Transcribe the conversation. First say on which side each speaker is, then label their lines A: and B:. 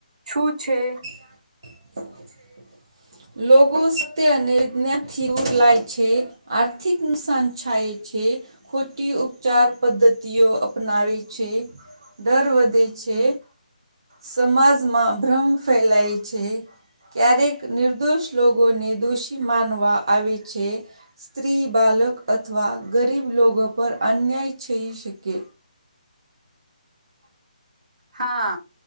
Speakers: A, on the right; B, on the right.
A: શું છે?
B: <inaudible> લોકોગો સ તે નિથી ઉર લાય છે. આર્થિક નુકસાન છાય છે. ખોટી ઉપચાર પદ્ધતિઓ અપનાવે છે. ડર વધે છે, સમાજમાં ભ્રમ ફેલાય છે. ક્યારેક નિર્દોષ લોકોને દોષી માનવા આવે છે. સ્ત્રી બાલક અથવા ગરીબ લોકો પર અન્યાય થઈ શકે.
A: હા